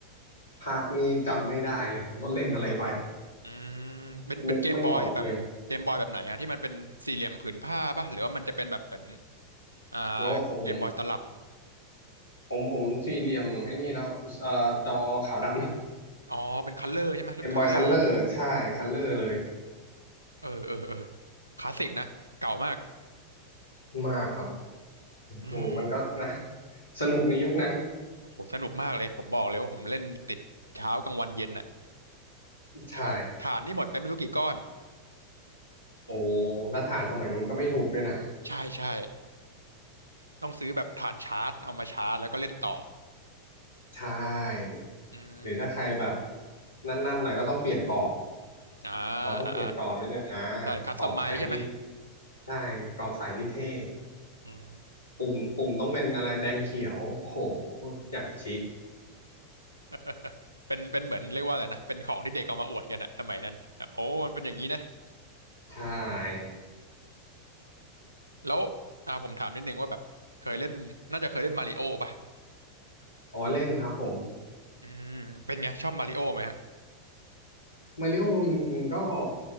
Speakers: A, on the left; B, on the right.
A: ภาคนี้จำไม่ได้เลยครับว่าเล่นอะไรไป
B: อืมเป็นเป็นเกมบอยแบบเกมบอยแบบไหนฮะที่มันเป็นสี่เหลี่ยมผืนผ้าป่ะหรือว่ามันจะเป็นแบบเหมือน
A: นึกไม่ออกเลย
B: อ่า
A: <coughs> โอ้ของผม
B: เกมบอยตลับ
A: ผมผมสี่เหลี่ยมไอ้นี่แล้วเอ่อจอขาวดำ
B: อ๋อเป็นคัลเลอร์ใช่ไหมรุ่นคัลเลอร์
A: เกมบอยคัลเลอร์ใช่คัลเลอร์เลย
B: โอ้เออเออเออคลาสสิกนะเก่ามาก
A: มากครับอืมมันก็นะ
B: อืม
A: สนุกในยุคนั้น
B: โอ้โหสนุกมากเลยผมบอกเลยว่าผมเล่นติดเช้ากลางวันเย็นน่ะ
A: ใช่
B: ฐานฐานนี่หมดไปไม่รู้กี่ก้อน
A: โอ้แล้วถ่านสมัยนู้นก็ไม่ถูกด้วยนะ
B: ใช่ใช่ต้องซื้อแบบฐานชาร์จเอามาชาร์จแล้วก็เล่นต่อ
A: ใช่
B: อืมมัน
A: หรือถ้าใครแบบนั่นๆหน่อยก็ต้องเปลี่ยนกรอบ
B: อ่า
A: เราต้องเปลี่ยนกรอบนิดนึงอ่ะ
B: อ่าใช่คัสตอมไมซ์ใช่ไหม
A: กรอบใสนี่ใช่กรอบใสนี่เท่
B: อืม
A: ปุ่มปุ่มต้องเป็นอะไรแดงเขียวโหอย่างชิค
B: <laughs> เป็นเป็นเหมือนเรียกว่าอะไรนะเป็นของที่เด็กเอามาอวดกันอะสมัยนั้นแบบโอ้มันเป็นอย่างนี้นะ
A: ใช่
B: แล้วอ่าผมถามนิดนึงว่าแบบเคยเล่นน่าจะเคยเล่นมาริโอป่ะ
A: อ๋อเล่นครับผม
B: อืมเป็นไงชอบมาริโอไหมฮะ
A: มาริโอจริงๆก็